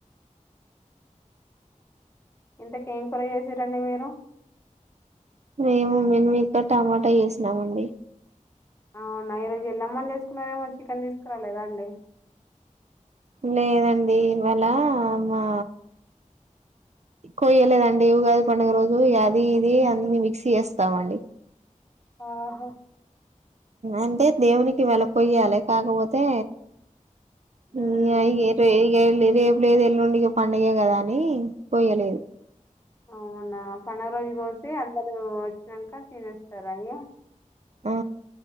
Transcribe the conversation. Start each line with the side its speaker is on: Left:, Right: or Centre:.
Left: ఇంతకేం కూర చేసారంండి మీరు
Right: మేము మేము ఇక్క టమాటా వేసినామండి
Left: అవునా ఈ రోజు ఎల్లమ్మని చేసుకున్నారేమో చికెన్ తీసుకురేదా అండి
Right: లేదండి ఇవాళ మా కొయ్యలేదండి ఇవి కాదు పండుగ రోజు అది ఇది అన్ని మిక్సీ చేస్తామ అండి
Left: ఆహో
Right: అంటే దేవునికి వెళ్ళకయ్యాలి కాకపోతే
Left: ఉమ్,
Right: న అయిగరు ళ్ళి రేపు లేదు ఎల్లుండికి పంండగ కదా అని పోయలేదు
Left: అవునా పడుగ రోజు కోసి అందరుూ వచ్చాక తినేస్తారుా అయ్యా
Right: ఆ